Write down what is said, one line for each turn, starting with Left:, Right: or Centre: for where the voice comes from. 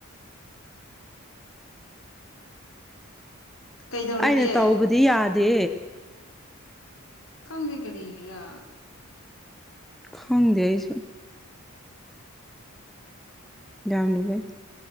Left: ꯀꯩꯗꯧꯔꯤꯒꯦ
Centre: ꯑꯩꯅ ꯇꯧꯕꯗꯤ ꯌꯥꯗꯦ
Left: ꯀꯪꯗꯦ ꯀꯔꯤꯔꯥ
Centre: ꯈꯪꯗꯁꯨ ꯌꯥꯝꯝ ꯂꯒꯦ